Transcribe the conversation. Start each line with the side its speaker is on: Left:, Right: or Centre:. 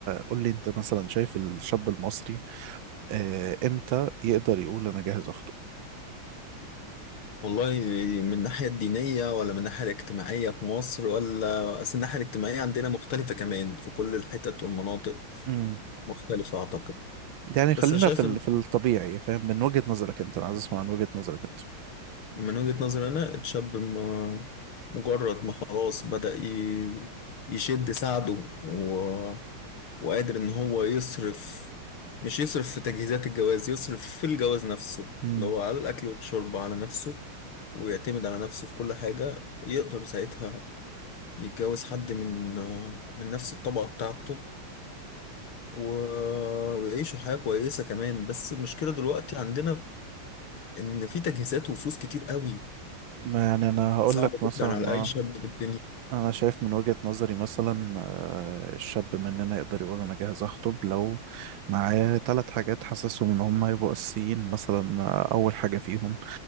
Right: قول لي انت مثلا شايف الشاب المصري آه، امتى يقدر يقول انا جاهز اخطب
Left: والله من الناحية الدينية ولا من الناحية الاجتماعية في مصر ولا أصل الناحية الاجتماعية عندنا مختلفة كمان في كل الحتت والمناطق
Right: امم
Left: مختلفة أعتقد
Right: يعني خلينا
Left: بس أنا شايف
Right: في ال...
Left: إن
Right: في الطبيعي فاهم من وجهة نظرك انت انا عايز اسمع من وجهة نظرك انت
Left: من وجهة نظري أنا الشاب م- مجرد ما خلاص بدأ ي- يشد ساعده و- وقادر ان هو يصرف مش يصرف في تجهيزات الجواز يصرف في الجواز نفسه
Right: مم.
Left: اللي هو على الاكل والشرب على نفسه ويعتمد على نفسه في كل حاجة يقدر ساعتها يتجوز حد من من نفس الطبقة بتاعته و- ويعيشوا حياة كويسة كمان بس المشكلة دلوقتي عندنا إن في تجهيزات وفلوس كتير قوي
Right: ما يعني انا هقول
Left: صعبة
Right: لك مثلا
Left: جدا على
Right: اه
Left: أي شاب في الدنيا
Right: انا شايف من وجهة نظري مثلا آه، الشاب مننا يقدر يقول انا جاهز اخطب لو معاه ثلاث حاجات حاسسهم ان هم هيبقوا اساسيين مثلا آه، اول حاجة فيهم